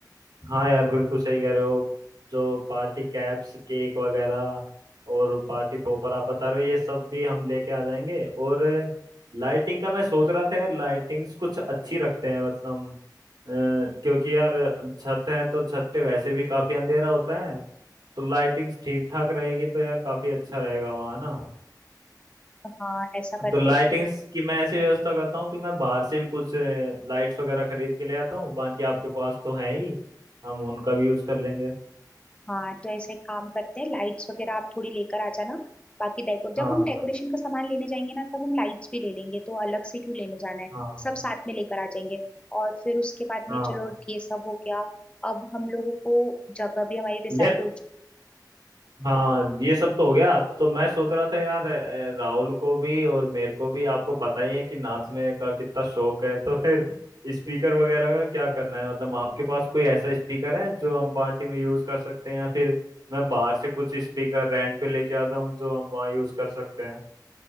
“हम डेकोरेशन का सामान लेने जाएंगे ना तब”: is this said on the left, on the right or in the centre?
Left